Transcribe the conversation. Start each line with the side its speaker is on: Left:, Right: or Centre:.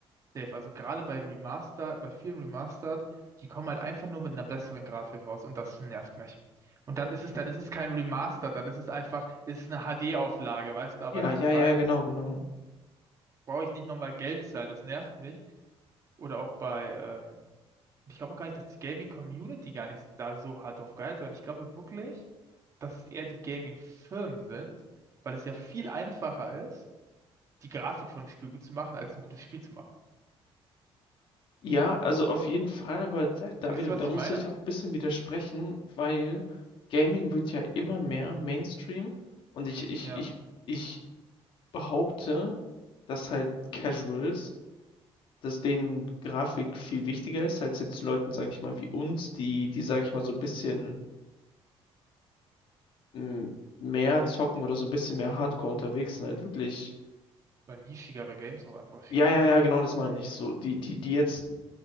Right: safe. Also gerade bei Remaster, bei vielen Remastered, die kommen halt einfach nur mit einer besseren Grafik raus und das nervt mich. Und dann ist
Left: Ja,
Right: es, dann ist es kein Remaster, dann ist es einfach, das ist eine HD-Auflage, weißt du, aber
Left: ja,
Right: das
Left: ja,
Right: ist
Left: ja,
Right: halt,
Left: genau, genau.
Right: brauche ich nicht nochmal Geld zahlen, das nervt mich. Oder auch bei, ähm, Und ich glaube auch gar nicht, dass die Gaming-Community gar nicht da so hart drauf geiert, sondern ich glaube wirklich, dass es eher die Gaming-Firmen sind, weil es ja viel einfacher ist, die Grafik von einem Spiel gut zu machen, als ein gutes Spiel zu machen.
Left: Ja, also auf jeden Fall, aber da, da
Right: Checkst
Left: wieder,
Right: du,
Left: da
Right: was ich
Left: muss
Right: meine?
Left: ich auch ein bisschen widersprechen, weil Gaming wird ja immer mehr Mainstream und ich, ich,
Right: Ja.
Left: ich, ich behaupte, dass halt Casuals, dass denen Grafik viel wichtiger ist, als jetzt Leuten, sage ich mal, wie uns, die, die, sage ich mal, so ein bisschen m, mehr zocken oder so ein bisschen mehr Hardcore unterwegs sind, halt wirklich.
Right: Oder nischigere Games auch einfach spielen.
Left: Ja, ja, ja, genau das meine ich. So, die, die, die jetzt